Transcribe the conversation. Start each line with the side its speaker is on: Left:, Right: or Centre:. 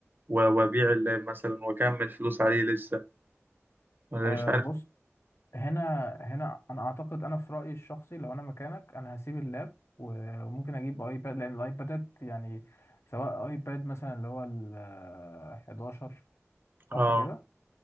Right: و- وأبيع اللاب مثلا وأكمل فلوس عليه لسه ولا
Left: أه
Right: مش عارف
Left: بص هنا هنا انا اعتقد انا في رايي الشخصي لو انا مكانك انا هسيب اللاب و- وممكن اجيب ايباد لان الايبادات يعني سواء ايباد مثلا اللي هو ال 11 صح
Right: اه
Left: كده